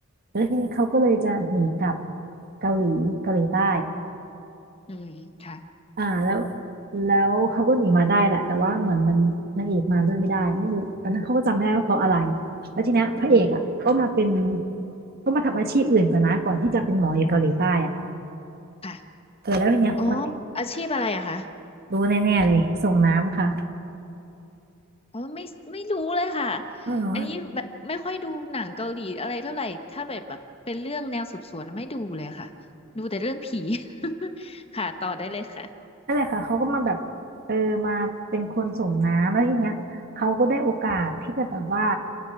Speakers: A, on the right; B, on the left.
A: แล้วทีนี้เขาก็เลยจะหนีกลับเกาหลีเกาหลีใต้
B: อืมค่ะ
A: อ่าแล้วแล้วเขาก็หนีมาได้แหละแต่ว่าเหมือนมันนางเอกมาด้วยไม่ได้ไม่รู้ตอนนั้นเขาก็จำไม่ได้ว่าเพราะอะไรแล้วทีเนี้ยพระเอกอ่ะก็มาเป็น
B: อืมโหด
A: ก็มาทำอาชีพอื่นก่อนนะก่อนที่จะเป็นหมออยู่เกาหลีใต้อ่ะ
B: ค่ะ
A: เออแล้วทีเนี้ยพอ
B: อ๋ออาชีพอะไรอะคะ
A: รู้แน่ๆเลยส่งน้ำค่ะ
B: อ๋อไม่ไม่รู้เลยค่ะ
A: เออเหรอ
B: อันนี้แบบไม่ค่อยดูหนังเกาหลีอะไรเท่าไหร่ถ้าแบบแบบเป็นเรื่องแนวสืบสวนไม่ดูเลยค่ะดูแต่เรื่องผี <laughs> ค่ะต่อได้เลยค่ะ
A: นั่นแหละค่ะเขาก็มาแบบเออมาเป็นคนส่งน้ำแล้วทีเนี้ยเขาก็ได้โอกาสที่จะแบบว่า